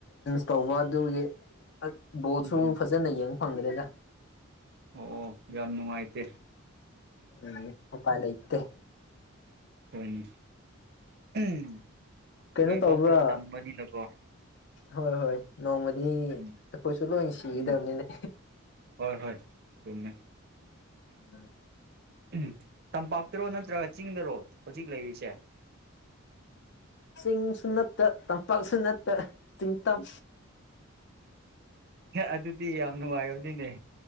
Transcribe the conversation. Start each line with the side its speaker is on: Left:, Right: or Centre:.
Left: ꯇꯧꯕ ꯑꯗꯨꯒꯤ ꯑ ꯕꯣꯊꯔꯨꯝ
Right: ꯎꯝ ꯎꯝ
Left: ꯐꯖꯅꯩ ꯌꯦꯡ ꯐꯪꯗꯦꯗ
Right: ꯑꯣ ꯌꯥꯝ ꯅꯨꯡꯉꯥꯏꯇꯦ
Left: ꯎꯝ ꯎꯄꯥꯏ ꯂꯩ ꯠꯇ
Right: ꯍꯣꯏꯅꯦ ꯎꯝ
Left: ꯀꯩꯅꯣ
Right: ꯂꯩꯕꯥꯛꯇ
Left: ꯇꯧꯕ꯭ꯔꯥ
Right: ꯇꯝꯕꯅꯤꯅꯀꯣ
Left: ꯍꯣꯏ ꯍꯣꯏ ꯅꯣꯡꯃꯗꯤ ꯑꯩꯈꯣꯏꯁꯨ
Right: ꯎꯝ
Left: ꯂꯣꯏ ꯁꯤꯒꯗꯕꯅꯤꯅ
Right: ꯎꯝ ꯍꯣꯏ ꯍꯣꯏ ꯆꯨꯝꯃꯦ
Left: ꯎꯝ
Right: ꯎꯝ ꯇꯝꯄꯥꯛꯇꯔꯣ ꯅꯠꯇ꯭ꯔꯒ ꯆꯤꯡꯗꯔꯣ ꯍꯧꯖꯤꯛ ꯂꯩꯔꯤꯁꯦ
Left: ꯆꯤꯡꯁꯨ ꯅꯠꯇ ꯇꯝꯄꯥꯛꯁꯨ ꯅꯠꯇ ꯆꯤꯡ ꯇꯝ
Right: ꯑꯗꯨꯗꯤ ꯌꯥꯝ ꯅꯨꯡꯉꯥꯏꯕꯅꯤꯅꯦ